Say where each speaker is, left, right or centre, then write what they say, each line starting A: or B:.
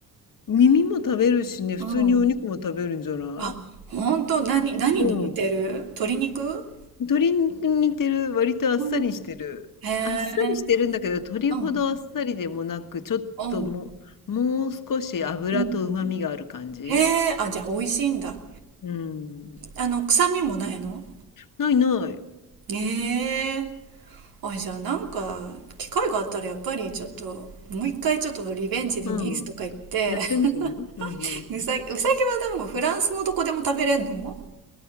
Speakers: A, on the left (about 60°); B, on the right (about 70°).
A: 耳も食べるしね、普通にお肉も食べるんじゃない？
B: うん。あ、ほんと、何、何に似てる鶏肉
A: うん。鶏肉に似てる、割とあっさりしてる。
B: うんへえ、
A: あっさりしてるんだけど、鶏ほどあっさりでもなく、
B: うん、
A: ちょっともう、
B: うん、
A: もう少し脂と旨味がある感じ
B: うん。へえ、あ、じゃあ美味しいんだ。
A: うん。
B: あの、臭みもないの
A: ないない。
B: へえ、あ、じゃあなんか、機会があったらやっぱりちょっと、もう一回ちょっとリベンジでニースとか行って、
A: うん。やってみてねうんうん。
B: <laughs> うさぎ、うさぎはでもフランスのどこでも食べれんの